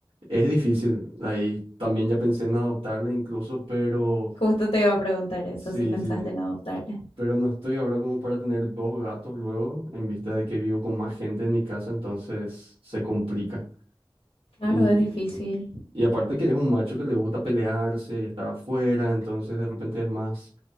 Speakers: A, on the right; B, on the left.
A: es difícil. Ahí también ya pensé en adoptarle incluso, pero
B: Justo te iba a preguntar eso,
A: sí,
B: si pensaste
A: sí,
B: en adoptarle
A: pero no estoy ahora como para tener dos gatos luego en vista de que vivo con más gente en mi casa, entonces se complica.
B: Claro,
A: Y
B: es difícil.
A: y aparte que es un macho que le gusta pelearse y estar afuera, entonces de repente es más